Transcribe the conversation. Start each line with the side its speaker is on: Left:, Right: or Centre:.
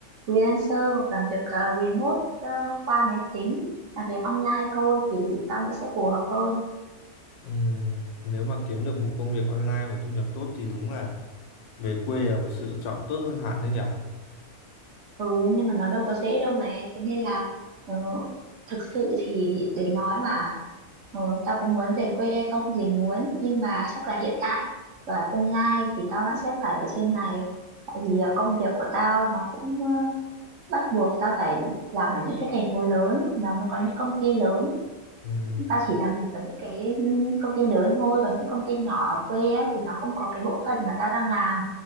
Right: freelancer hoặc làm việc ờ, remote ờ, qua máy tính làm việc online thôi thì tao nghĩ sẽ phù hợp hơn
Left: Ừm, nếu mà kiếm được một công việc online mà thu nhập tốt thì đúng là Về quê là một sự chọn tốt hơn hẳn đấy nhỉ?
Right: Ừ nhưng mà nó đâu có dễ đâu này Thế nên là ờ, thực sự thì để nói mà ờ, tao có muốn về quê hay không thì muốn Nhưng mà chắc là hiện tại và tương lai thì tao vẫn sẽ phải ở trên này Tại vì ờ, công việc của tao nó cũng ờ, bắt buộc tao phải làm ở những cái thành phố lớn Thì nó mới có những công ty lớn
Left: Ừm,
Right: Tao chỉ làm việc ở những cái ừ, công ty lớn thôi Còn những công ty nhỏ ở quê á, thì nó không có cái bộ phận mà tao đang làm